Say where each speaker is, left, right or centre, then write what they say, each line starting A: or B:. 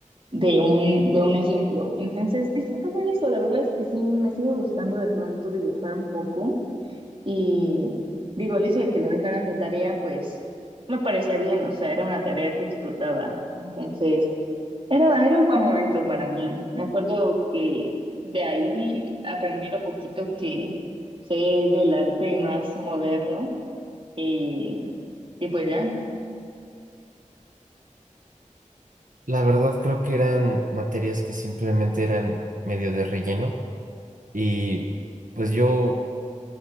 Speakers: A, on the right; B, on the right.
A: de un, de un ejemplo. Entonces disfrutaba eso, la verdad es que sí, me sigue gustando de pronto dibujar un poco. Y digo, el hecho de que lo dejaran de tarea, pues no me parecía bien, o sea, era una tarea que disfrutaba. Entonces, era, era un buen momento para mí. Me acuerdo que de ahí aprendí lo poquito que sé del arte más moderno y, y pues ya.
B: La verdad creo que eran materias que simplemente eran medio de relleno y pues yo